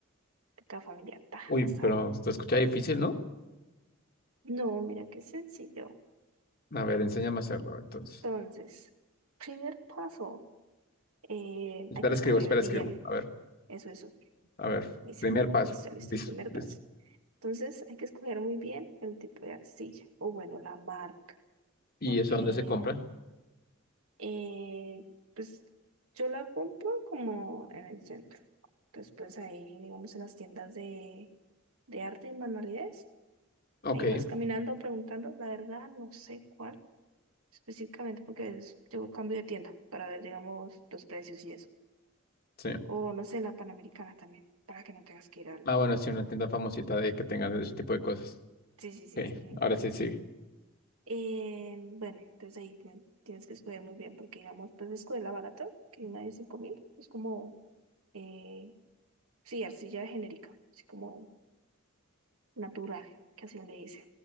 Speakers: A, on the right; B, on the left.
A: de cada familia. ta,
B: Uy,
A: la sal.
B: pero esto escucha difícil, ¿no?
A: No, mira qué sencillo.
B: A ver, enséñame a hacerlo, a ver, entonces.
A: Entonces, primer paso, eh,
B: Espera,
A: hay que escoger
B: escribo, espera,
A: bien.
B: escribo. A ver,
A: Eso, eso.
B: a ver.
A: Lisa,
B: Primer paso.
A: listo, listo.
B: Listo,
A: Primer
B: listo.
A: paso. Entonces hay que escoger muy bien el tipo de arcilla o bueno, la marca,
B: ¿Y
A: porque
B: eso dónde se compra?
A: eh, pues yo la compro como en el centro. Entonces pues ahí, digamos, en las tiendas de, de arte y manualidades,
B: Ok,
A: ahí vas caminando preguntando, la verdad no sé cuál específicamente porque es- yo cambio de tienda para ver, digamos, los precios y eso.
B: sí.
A: O no sé, la Panamericana también, para que no tengas que ir al...
B: Ah, bueno, sí, una tienda famosita de que tenga ese tipo de cosas.
A: Sí, sí, sí,
B: Ok,
A: sí, sí.
B: ahora sí, sí.
A: Eh, bueno, entonces ahí tien- tienes que estudiar muy bien porque, digamos, pues escuela barata, que una de 5.000 es como, eh, sí, arcilla genérica, así como natural, que así le dice.